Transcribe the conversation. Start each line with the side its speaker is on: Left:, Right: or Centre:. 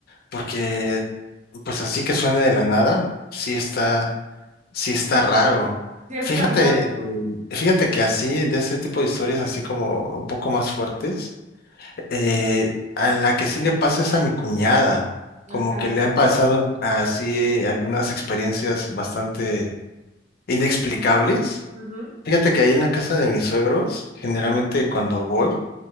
Left: Porque, pues así que suene de la nada, sí está, sí está raro.
Right: Sí, está
Left: Fíjate,
Right: raro.
Left: fíjate que así, de ese tipo de historias así como un poco más fuertes, eh, a la que sí le pasa es a mi cuñada. Como
Right: Ah, caray.
Left: que le han pasado así algunas experiencias bastante inexplicables.
Right: Ujú,
Left: Fíjate que ahí en la casa de mis suegros, generalmente cuando voy,